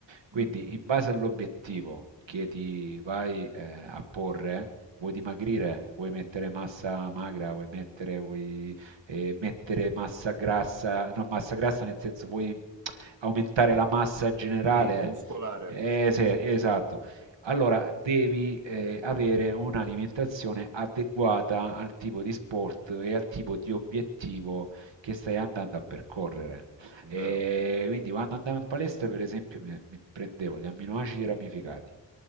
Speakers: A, on the right; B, on the right.
A: Quindi
B: Mm,
A: in base all'obiettivo che ti vai eh, a porre, vuoi dimagrire, vuoi mettere massa magra, vuoi mettere, vuoi, eh, mettere massa grassa, no, massa grassa nel senso vuoi aumentare la massa generale.
B: Sì, muscolare,
A: Eh, sì, esatto. Allora devi eh, avere un'alimentazione adeguata al tipo di sport e al tipo di obiettivo che stai andando a percorrere.
B: vero.
A: E quindi quando andavo in palestra, per esempio, mi, mi prendevo gli amminoacidi ramificati,